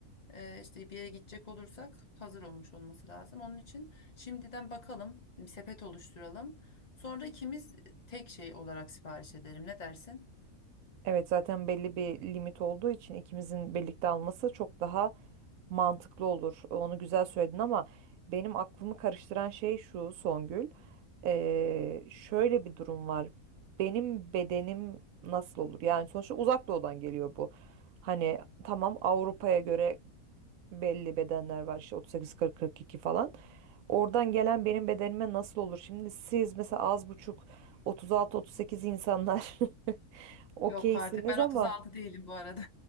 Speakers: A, on the left; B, on the right.
A: eee, işte bir yere gidecek olursak hazır olmuş olması lazım. Onun için şimdiden bakalım, sepet oluşturalım. Sonra ikimiz tek şey olarak sipariş edelim. Ne dersin?
B: Evet zaten belli bir limit olduğu için ikimizin birlikte alması çok daha mantıklı olur. Onu güzel söyledin ama benim aklımı karıştıran şey şu Songül. Ee, şöyle bir durum var. Benim bedenim nasıl olur? Yani sonuçta uzak doğudan geliyor bu. Hani tamam Avrupa'ya göre belli bedenler var işte 38-40-42 falan. Oradan gelen benim bedenime nasıl olur? Şimdi siz mesela az buçuk 36-38 insanlar <laughs> Okeysiniz
A: Yok artık ben
B: ama
A: 36 değilim bu arada.